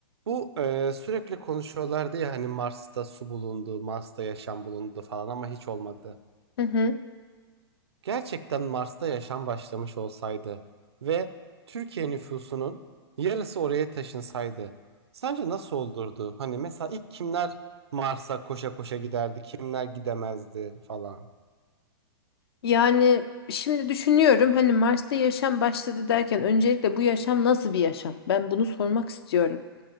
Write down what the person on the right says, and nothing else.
Bu e, sürekli konuşuyorlardı ya hani Mars'ta su bulundu, Mars'ta yaşam bulundu falan ama hiç olmadı.
Gerçekten Mars'ta yaşam başlamış olsaydı ve Türkiye nüfusunun yarısı oraya taşınsaydı sence nasıl olurdu? Hani mesela ilk kimler Mars'a koşa koşa giderdi, kimler gidemezdi falan.